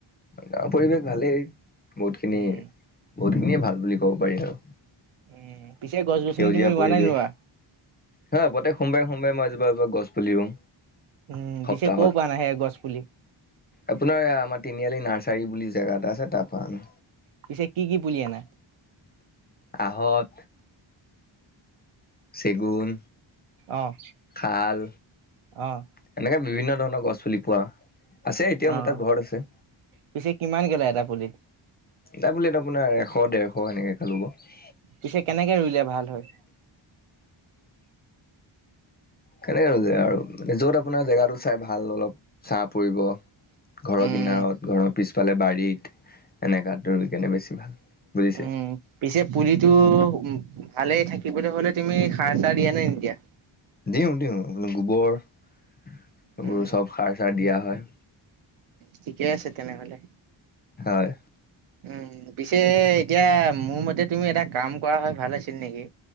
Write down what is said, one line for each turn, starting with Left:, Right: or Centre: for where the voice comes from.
Left: গাঁৰ পৰিৱেশ ভালেই বহুতখিনি
Right: উম,
Left: বহুত খিনিয়ে ভাল বুলি ক'ব পাৰি আৰু।
Right: উম, পিছে গছ গছনি
Left: সেউজীয়া
Right: তুমি ৰোৱা
Left: পৰিৱেশ
Right: নাই নোৰোৱা?
Left: হা বতে সোমবাৰে সোমবাৰে মই যা। <unintelligible> গছ পুলি ৰোও।
Right: উম,
Left: সপ্তাহত,
Right: পিছে ক'ৰ পৰা আনা সেই গছ পুলি?
Left: আপোনাৰ, আমাৰ তিনিআলি নাৰ্ছ ইঠাৰী বুলি জেগা এটা আছে, তাৰ পৰা অনা।
Right: পিছে, কি কি পুলি আনা?
Left: আঁহত চেগুন।
Right: অ'!
Left: শাল
Right: অ'!
Left: এনেকে বিভিন্ন ধৰণৰ গছ পুলি পোৱা, আছে। এতিয়া,
Right: অ',
Left: মোৰ তাত, ঘৰত আছে।
Right: পিছে কিমানকে লয় এটা পুলিত?
Left: নাই বোলে। এইটো আপোনাৰ, এশ, ডেৰশ সেনেকে খালোঁ ক'।
Right: পিছে, কেনেকে ৰোলে ভাল হয়?
Left: কেনেকে ৰুলে আৰু। য'ত, মানে আপোনাৰ জেগাটো চাই ভাল অলপ। ছাঁ পৰিব। ঘৰৰ
Right: উম,
Left: কিনাৰত, ঘৰৰ পিছফালে বাৰীত। এনেকুৱাত ৰোই কেনে বেছি ভাল। বুজি
Right: উম, পিছে পুলিটো ভালেই থাকিবলৈ হ'লে, তুমি সাৰ চাৰ দিয়া দিয়া নে নিদিয়া?
Left: দিওঁ, দিওঁ। গোবৰ, এইবোৰ
Right: উম
Left: চব সাৰ, চাৰ দিয়া হয়।
Right: ঠিকে আছে তেনেহ'লে।
Left: হয়!
Right: উম! পিছে, এতিয়া মোৰ মতে তুমি এটা কাম পোৱা হয় ভাল আছিল নেকি!